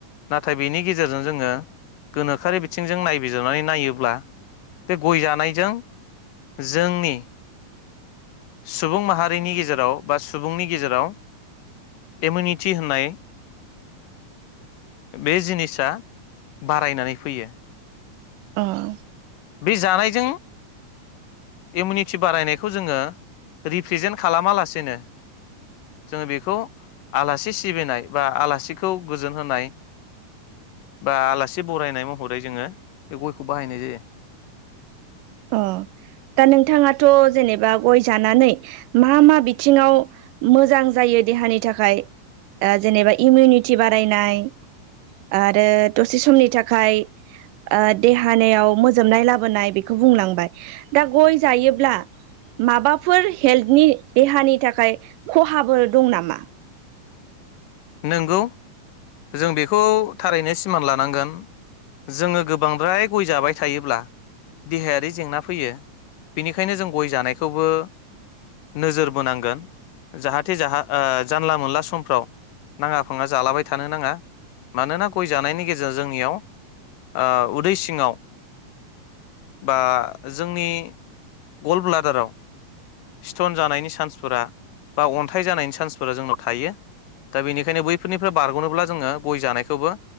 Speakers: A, on the left (about 85°); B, on the right (about 85°).
A: नाथाय बेनि गेजेरजों जोङो गोनोखोआरि बिथिंजों नायबिजिरनानै नायोब्ला बे गय जानायजों जोंनि सुबुं माहारिनि गेजेराव बा सुबुंनि गेजेराव इमिउनिटि होननाय बे जिनिसा बारायनानै फैयो
B: अ
A: बे जानायजों इमिउनिटि बारायनायखौ जोङो रिप्रेजेन्ट खालामा लासेनो जोङो बेखौ आलासि सिबिनाय बा आलासिखौ गोजोन होनाय बा आलासि बरायनाय महरै जोङो बे गयखौ बाहायनाय जायो।
B: अ दा नोंथाङाथ जेनेबा गय जानानै मा मा बिथिङाव मोजां जायो देहानि थाखाय ओ जेनेबा इमिउनिटि बारायनाय आरो दसे समनि थाखाय ओ देहानियाव मोजोमनाय लाबोनाय बे बेखौ बुंलांबाय दा गय जायोब्ला माबाफोर हेल्थनि देहानि थाखाय खहाबो दं नामा?
A: नोंगौ जों बेखौ थारैनो सिमान लानांगोन जोङो गोबांद्राय गय जाबाय थायोब्ला देहायारि जेंना फैयो बेनिखायनो जों गय जानायखौबो नोजोर बोनांगोन जाहाथे जाहा ओ जानला मानला समफ्राव नाङा फाङा जालाबाय थानो नाङा मानोना गय जानायनि गेजेरजों जोंनियाव ओ उदै सिङाव बा जोंनि गल ब्लादाराव स्टन जानायनि चान्सफोरा बा अन्थाइ जानायनि चान्सफोरा जोंनाव थायो दा बेनिखायनो बैफोरनिफ्राय बारगनोब्ला जोङो गय जानायखौबो